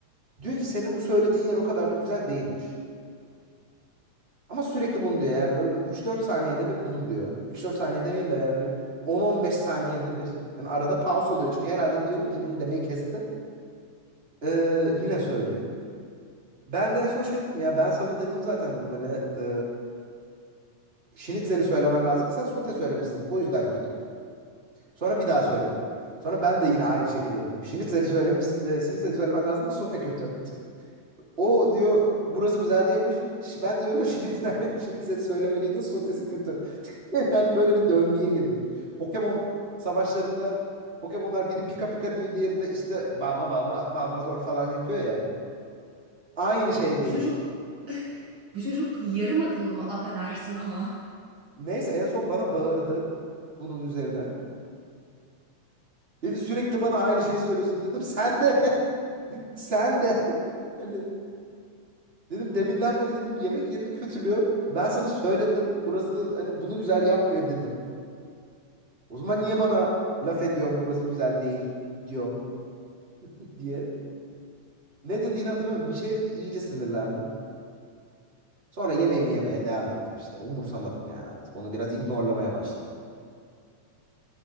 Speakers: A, on the right (about 20°); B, on the right (about 45°).
A: diyor ki senin bu söylediğin yer o kadar da güzel değilmiş. Ama sürekli bunu diyor yani böyle bir 3-4 saniyede bir bunu diyor. üç dört saniyede demeyeyim de yani bir on on beş saniyede bir. Hani arada pause oluyor çünkü herhalde diyorum ki bunu demeyi kesti. E, yine söylüyor. Ben de en son şey dedim ya ben sana dedim zaten dedim hani e, şnitzeli söylemen lazım sen sote söylemişsin o yüzden kötü. Sonra bir daha söyledim. Sonra ben de yine aynı şekilde dedim. Şnitzeli söylemiş, e, şnitzeli söylemen lazım da sote kötü. <laughs> O diyor burası güzel değilmiş. Ş- Ben diyorum şnitzel, şnitzeli <laughs> söylemeliydin sotesi kötü. <laughs> Yani böyle bir döngüye girdik. Pokemon savaşlarında Pokemon'lar biri pika pika diyor diğeri de işte balba balba balba zor falan yapıyor ya. Aynı şeydeydik.
B: Bu çocuk <laughs> bu çocuk yarım akıllı mı affedersin ama.
A: Neyse en son bana bağırdı bunun üzerine. Dedi sürekli bana aynı şeyi söylüyorsun dedim. Sen de <laughs> sen de <laughs> hani dedim deminden beri dedim yemek yerini kötülüyorum. Ben sana söyledim. Burası hani bunu güzel yapmıyor dedim. O zaman niye bana laf ediyorsun burası güzel değil diyorum <laughs> diye. Ne dediğini hatırlamıyorum. Bir şey dedi iyice sinirlendim. Sonra yemeğimi yemeye devam ettim işte. Umursamadım yani artık. Onu biraz ignorlamaya başladım.